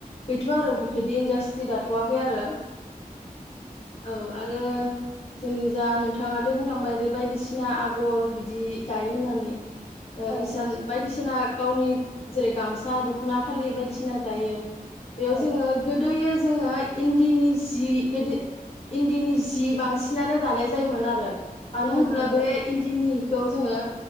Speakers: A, on the left; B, in the centre.
A: गैथवआरो बिफोरदि इन्डास्ट्रि दाथवाखैआरो औ आरो जोंनि जा नोंथाङा दे बुंलांबाय दे बायदिसिना आगर बिदि दायो होननानै ओ
B: औ
A: इसान बायदिसि <unintelligible> बायदिसिना गावनि जेरै गामसा दखना फालि बायदिसिना दायो बेयाव
B: औ
A: जोंङो गोदोयो जोंङो इन्दिनि जि बांसिन बांसिनानो दानाय जायोमोन आरो मानो
B: औ
A: होनब्ला
B: नंगौ
A: बे इन्दिनि खौ जोंङो